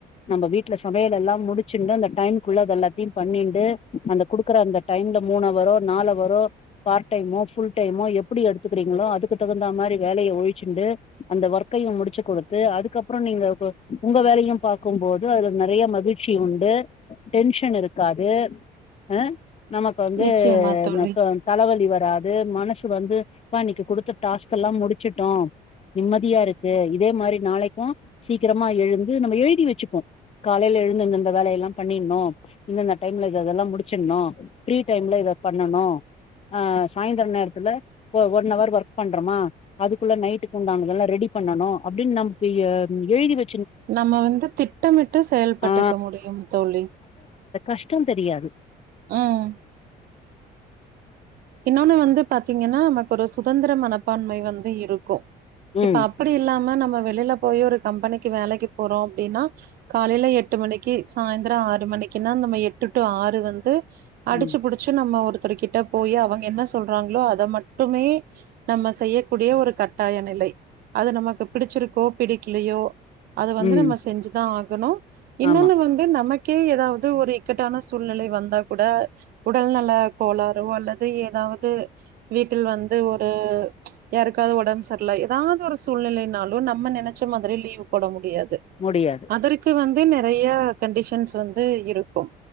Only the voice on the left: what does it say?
நம்ப வீட்ல சமையல் எல்லாம் முடிச்சுன்னு அந்த டைம் குள்ள அதெல்லா <unintelligible> பண்ணின்டு அந்தக் குடுக்கிற அந்த டைம்ல மூண் அவரோ நாலவரோ பார்ட் டைமோ ஃபுல் டைமோ எப்புடி எடுத்துக்கறீங்களோ அதுக்கு தகுந்த மாரி வேலயை ஒழிச்சுண்டு அந்த ஒர்க்கையு முடிச்சு கொடுத்து அதுக்கப்புறோ நீங்க உங்க வேலயு பாக்கும்போது அது நெறைய மகிழ்ச்சி உண்டு டென்ஷன் இரு க்காது அ நமக்கு வந்து
அ <unintelligible> தலைவலி வ ராது மனசு வந்து பா இன்னைக்கு குடுத்த டாஸ்க் எல்லா முடிச்சுட்டோ நிம்மதியா இருக்கு இதே மாதிரி நாளைக்கு சீக்கிரமா எழுந்து நம்ம எழுதி வச்சுப்போ காலையில எழுந்துந்தந்த வேலய எல்லா பண்ணின்னு இந்தந்த டைம்ல இத அதெல்லா முடிச்சின்ணு ஃப்ரீ டைம்ல இத பண்ணணு அ சாய்ந்தர நேரத்துல ஒ ஒன் அவர் ஒர்க் பண்றோமா அதுக்குள்ள நைட்டுக்குண்டானதுல்லா ரெடி பண்ணனு அப்டின் நம் <unintelligible> எழுதி வ
ஆ
கஷ்டோ தெரியாது.
ம்
ம்
ம்
ஆமா
முடியாது